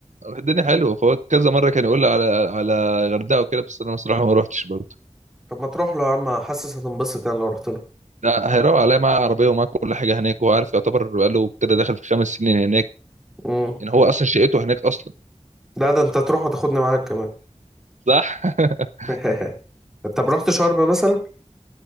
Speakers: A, on the right; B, in the centre.
A: الدنيا حلوه فهو كذا مرة كان يقول لي على على غردقة وكده بس انا بصراحة ما روحتش برضه
B: طب ما تروح له يا عم حاسس هتنبسط يعني لو رحت له
A: لا هيروق عليا معاه عربية ومعاه كل حاجة هناك وهو عارف يعتبر بقاله كده داخل في خمس سنين هناك
B: امم
A: يعني هو اصلا شقته هناك اصلا
B: لا ده انت تروح وتاخدني معاك كمان
A: صح <laughs>
B: <laughs> طب رحت شرم مثلا